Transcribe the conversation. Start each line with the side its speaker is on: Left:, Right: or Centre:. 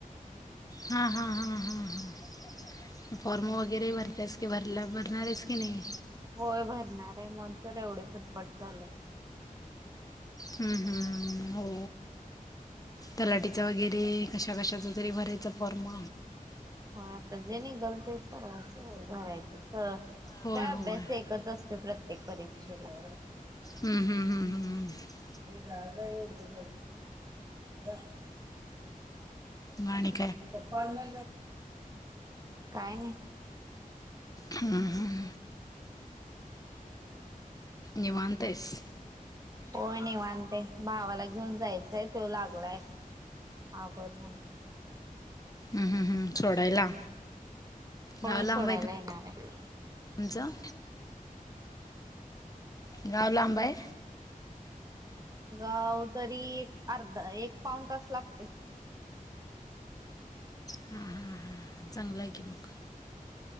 Left: हा, हा, हा, हा, हा. मग फॉर्म वगैरे भरतेस की भरला भरणार आहेस की नाही?
Right: होय भरणार आहे म्हणून तर एवढी खटपट चालु हाय.
Left: हं, हं, हं हो तलाटीचा वगैरे कशा कशाचं तरी भरायचि फॉर्म.
Right: हो आता जे निघलं ते सगळंच भरायचं. <unintelligible>
Left: होय
Right: काय
Left: होय
Right: अभ्यास एकच असते प्रत्येक परीक्षा <unintelligible>
Left: हम्म, हम्म, हम्म, हम्म.
Right: <unintelligible> <unintelligible>
Left: मग आणिक
Right: पप्पांना काय नाही.
Left: हं, हं, हं. निवांत हायस?
Right: हो निवांत ये. भावाला घेऊन जायचंय तो लागलाय आवर म्हणून.
Left: हम्म, हम्म, हम्म. सोडायला?
Right: होय
Left: गाव लांब
Right: सोडायला
Left: आहे
Right: येणार आहे.
Left: तुमचं गाव लांब हाय?
Right: गाव तरी अर्धा एक पाऊण तास लागतोय.
Left: हा, हा, हा चांगलं आहे की मग.